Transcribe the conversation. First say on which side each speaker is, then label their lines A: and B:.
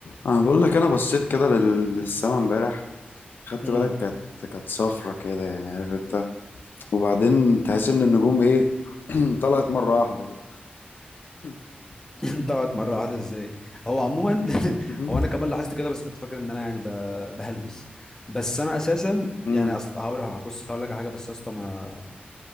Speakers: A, on the left; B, on the left.
A: انا بقول لك انا بصيت كده لل- للسما امبارح خدت
B: امم
A: بالك كانت كانت صفرة كده يعني عارف انت وبعدين تحس ان النجوم ايه <clears throat> طلعت مرة واحدة كده <clears throat>
B: <laughs> طلعت مره واحده ازاي هو عموما <laughs>
A: مهم.
B: هو انا كمان لاحظت كده بس كنت فاكر ان انا يعني ب- بهلوس بس انا اساسا
A: امم
B: يعني اصل هقول بص هقول لك على حاجه بس يا اسطى ما